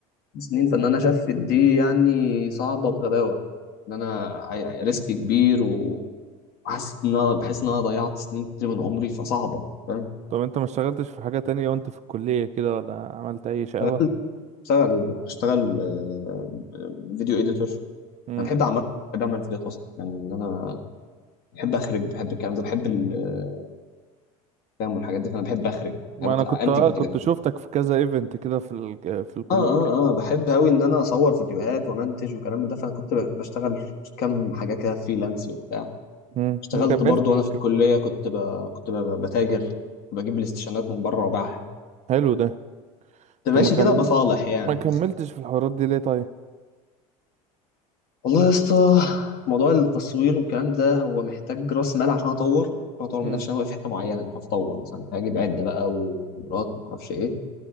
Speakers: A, on the left; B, on the right.
A: سنين فإن أنا أشفت دي يعني صعبة بغباوة إن أنا عي- ريسك كبير و- وحسيت إن أنا بحس إن أنا ضيعت سنين كتير من عمري فصعبة فاهم
B: طب انت ما اشتغلتش في حاجه تانية وانت في الكليه كده ولا عملت اي شقاوه
A: أنا بشتغل بشتغل آه، فيديو إيديتور
B: امم
A: أنا بحب عامة بحب أعمل فيديوهات أصلا يعني إن أنا بحب أخرج بحب الكلام ده بحب ال- الكلام والحاجات دي فأنا بحب أخرج
B: ما
A: يعني
B: انا
A: بط-
B: كنت
A: أنتج
B: اه
A: فيديوهات
B: كنت شفتك في كذا ايفنت كده في ال... في الكليه
A: اه اه اه بحب قوي ان انا اصور فيديوهات وامنتج وكلام من ده فانا كنت بشتغل كام حاجه كده فريلانس وبتاع
B: امم
A: اشتغلت
B: ما كملت
A: برضو
B: ما
A: وانا في
B: كم-
A: الكليه كنت ب... كنت ب... بتاجر كنت بجيب الاستشانات من بره وباعها
B: حلو ده
A: كنت
B: طب
A: ماشي
B: ما كم...
A: كده بصالح يعني
B: ما كملتش في الحوارات دي ليه طيب
A: والله يا اسطى موضوع التصوير والكلام ده هو محتاج راس مال عشان اطور عشان اطور من
B: امم
A: نفسي انا واقف في حته معينه مش عارف اطور مثلا هجيب عده بقى وكاميرات وما اعرفش ايه